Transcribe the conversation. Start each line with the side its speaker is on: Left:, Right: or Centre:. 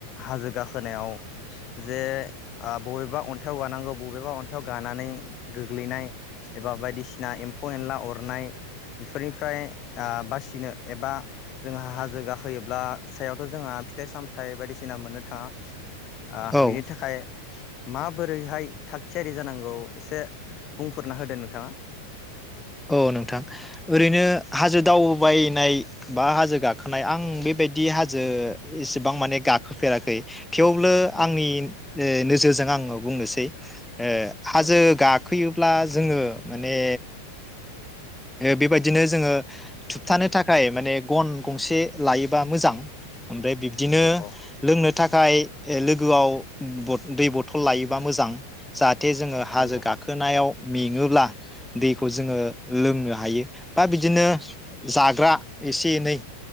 Left: हाजो गाखोनायाव जे ओ बबेबा अन अन्थायाव गानांगौ बबेबा अन्थायाव गानानै गोग्लैनाय एबा बायदिसिना एम्फौ एनला अरनाय बेफोरनिफ्राय ओ बासिनो एबा जोंहा हाजो गाखोयोब्ला सायावथ' जोंहा फिथाइ सामथाइ बायदिसिना मोननो थाङा ओ
Centre: औ
Left: बिनि थाखाय मा बोरैहाय थागथियारि जानांगौ एसे बुंफोरना होदों नोंथाङा
Centre: औ नोंथां ओरैनो हाजो दावबायनाय बा हाजो गाखोनाय आं बेबायदि हाजो एसेबां माने गाखोफेराखै थेवबो
Left: औ
Centre: आंनि नोजोरजों आङो बुंनोसै ए हाजो
Left: औ
Centre: गाखोयो ब्ला जोङो माने बेबायदिनो जोङो थुबथानो थाखाय माने गन गंसे लायो बा मोजां ओमफ्राय बिब्दिनो
Left: औ
Centre: लोंनो थाखाय लोगोआव बद दै बथल लायोबा मोजां जा जाथे जोङो हाजो
Left: नंगौ
Centre: गाखोनायाव मेङोब्ला दैखौ जोङो लोंनो हायो बा बिदिनो जाग्रा एसे एनै